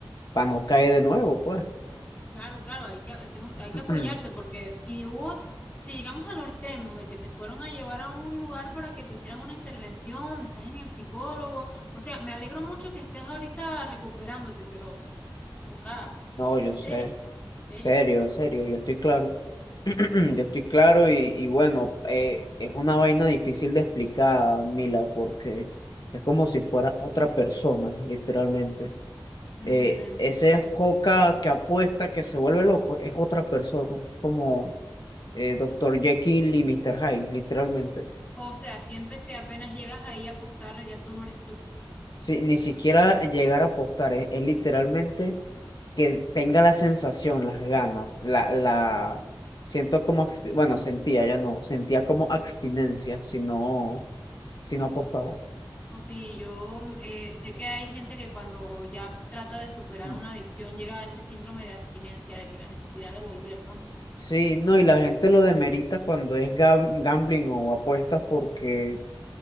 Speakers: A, on the left; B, on the left.
A: para no caer de nuevo, pues.
B: Claro, claro, hay que, tengo-
A: <clears throat>
B: hay que apoyarte porque si hubo, si llegamos a los extremos de que te fueron a llevar a un lugar para que te hicieran una intervención, estás en el psicólogo, o sea, me alegro mucho que estés ahorita recuperándote, pero, joca,
A: No,
B: esto
A: yo
B: es
A: sé.
B: se- esto- serio.
A: Serio, serio, yo estoy claro. <clears throat> Yo estoy claro
B: Eh,
A: y, y bueno, eh, es una vaina difícil de explicar, Mila, porque es como si fuera otra persona, literalmente.
B: mm,
A: Eh,
B: en-
A: ese Joca que apuesta, que se vuelve loco, es otra persona, como eh, Dr. Jekyll y Mister Hyde, literalmente.
B: o sea, sientes que apenas llegas ahí a apostar, ya tú no eres tú.
A: Sí, ni siquiera llegar a apostar, es, es literalmente que tenga la sensación, las ganas, la, la, siento como, absti- bueno, sentía, ya no, sentía como abstinencia si no, si no apostaba.
B: O si yo eh, sé que hay gente que cuando ya trata de superar
A: Mm.
B: una adicción llega a ese síndrome de abstinencia, de que la necesidad de volver, ¿no?
A: Sí, no, y la gente lo demerita cuando es gam- gambling o apuestas porque